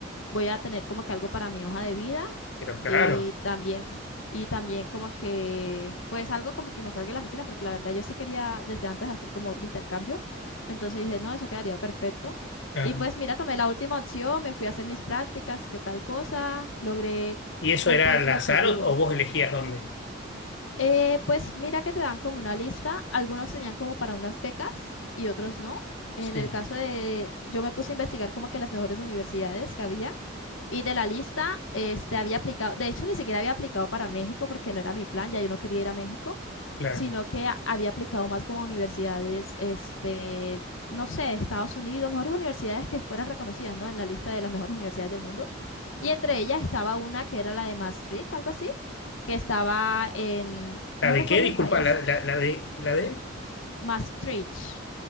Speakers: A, on the left; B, on the left.
A: voy a tener como que algo para mi hoja de vida
B: Pero claro,
A: y también, y también como que, pues algo como que me salga de la rutina, porque la verdad yo sí quería desde antes hacer como otro intercambio. Entonces dije, no, eso quedaría perfecto.
B: claro.
A: Y pues mira, tomé la última opción, me fui a hacer mis prácticas, qué tal cosa, logré
B: ¿Y eso
A: cumplir
B: era al
A: mi
B: azar
A: objetivo.
B: o, o vos elegías dónde?
A: Eh, pues mira que te dan como una lista, algunos tenían como para unas becas y otros no. En
B: Sí.
A: el caso de, yo me puse a investigar como que las mejores universidades que había y de la lista, este, había aplicado, de hecho, ni siquiera había aplicado para México porque no era mi plan, ya yo no quería ir a México,
B: Claro.
A: sino que a- había aplicado más como a universidades, este, no sé, de Estados Unidos, mejores universidades que fueran reconocidas, ¿no? En la lista de las mejores universidades del mundo. Y entre ellas estaba una que era la de Maastricht, algo así, que estaba en, no
B: ¿La de
A: recuerdo
B: qué? Disculpa,
A: el país,
B: la, la, la de, la de.
A: Maastricht.